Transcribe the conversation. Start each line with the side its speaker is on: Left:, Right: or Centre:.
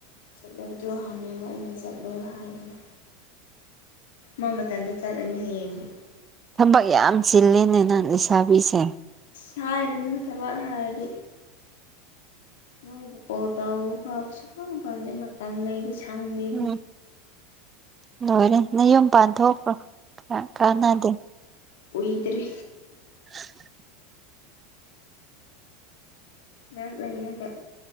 Left: ꯆꯠꯂꯣꯏꯗ꯭ꯔꯣ ꯍꯪꯉꯦꯕ ꯑꯩꯅ ꯆꯠꯂꯣꯏ ꯍꯥꯏꯕꯅꯦ ꯃꯥ ꯃꯇꯗ ꯆꯠꯂꯅꯤ ꯍꯌꯦꯡꯅꯦ
Right: ꯊꯕꯛ ꯌꯥꯝ ꯆꯤꯜꯂꯤꯦꯅꯦꯅ ꯂꯩꯁꯥꯕꯤꯁꯦ
Left: ꯊꯔꯅ ꯁꯕ ꯍꯥꯏꯔꯤ ꯅꯣꯏꯕꯨ ꯀꯣ ꯇꯕ ꯐꯥꯎ ꯁꯨ ꯐꯪ ꯐꯪꯗꯦ ꯃꯇꯝ ꯂꯩꯕ ꯆꯃꯤꯟ
Right: ꯎꯝ ꯂꯣꯏꯔꯦ ꯅꯪ ꯌꯨꯝ ꯄꯥꯟ ꯊꯣꯛꯣꯛꯄ꯭ꯔꯣ ꯀꯥꯟꯅꯗꯦ
Left: ꯑꯣꯏ ꯏꯗ꯭ꯔꯦ
Right: <inaudible>
Left: ꯉ ꯂꯩꯒꯦ